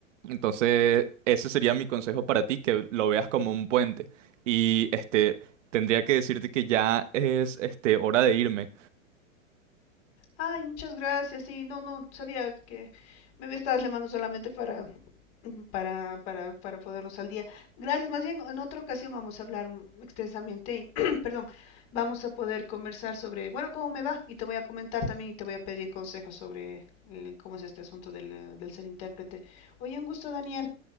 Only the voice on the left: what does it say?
Ay, muchas gracias. Sí, no, no, sabía que me estabas llamando solamente para para, para, para podernos al día. Gracias, más bien en otra ocasión vamos a hablar extensamente y, <clears throat> perdón, vamos a poder conversar sobre, bueno, cómo me va y te voy a comentar también y te voy a pedir consejos sobre eh, cómo es este asunto del, eh, del ser intérprete. Oye, un gusto, Daniel.